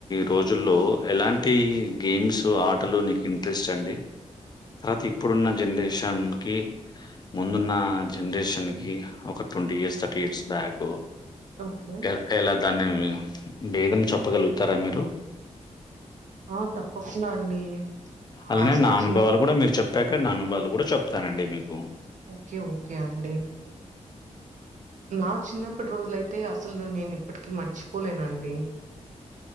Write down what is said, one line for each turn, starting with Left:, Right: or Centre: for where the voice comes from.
Left: రోజుల్లో ఎలాంటి గేమ్స్ ఆటలు నీకు ఇంట్రెస్ట్ అండి తర్వాత ఇప్పుడున్న జనరేషన్ కి ముందున్న జనరేషన్ కి ఒక twenty years thirty years back
Right: okay
Left: ఎలా ఎలా దాన్ని భేదం చెప్పగలుగుతారా మీరు
Right: ఆ తప్పకుండా అండి ఆ!
Left: అలానే
Right: అసలు
Left: నా అనుభవాలు
Right: చిన్న
Left: కూడా మీరు చెప్పాక నా అనుభవాలు కూడా చెప్తానండి మీకు
Right: ఓకే. ఓకే అండి. నా చిన్నప్పటి రోజులైతే అసలు నేనిప్పటికిీ మర్చిపోలేనండి